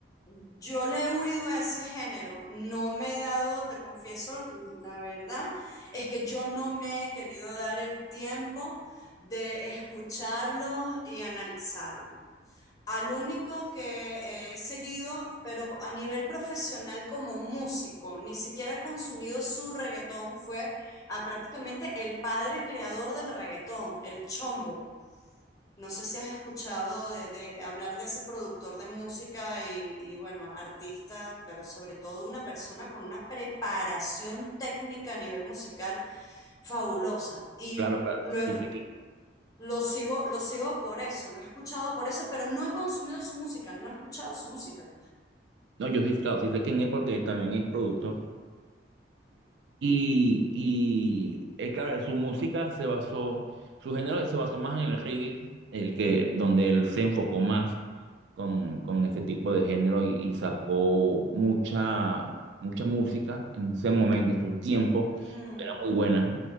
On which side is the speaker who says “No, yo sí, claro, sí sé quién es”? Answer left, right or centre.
Right